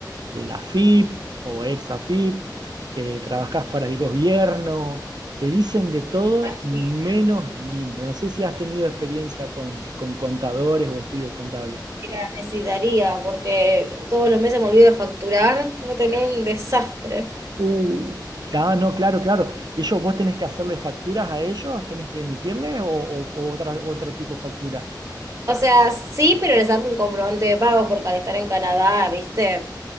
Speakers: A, on the right (about 65°); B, on the right (about 40°).
A: de la FIP o ex AFIP, que trabajás para el gobierno, te dicen de todo
B: imagino
A: menos lindo. No sé si has tenido experiencia con, con contadores o estudios contables.
B: que la necesitaría, porque todos los meses me olvido de facturar, no tener un desastre.
A: Uh, ah, no, claro, claro. ¿Y ellos vos tenés que hacerle facturas a ellos? ¿Tenés que emitirle o, o- o otra, otro tipo de factura?
B: O sea, sí, pero les hago un comprobante de pagos porque al estar en Canadá, viste,